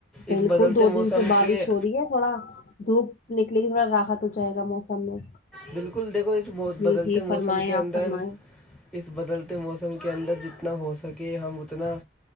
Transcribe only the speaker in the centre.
اس بدلتے
موسم
کے
بالکل دیکھو اس مو-
بدلتے
موسم کے اندر
اس بدلتے موسم کے اندر جتنا ہو سکے ہم اتنا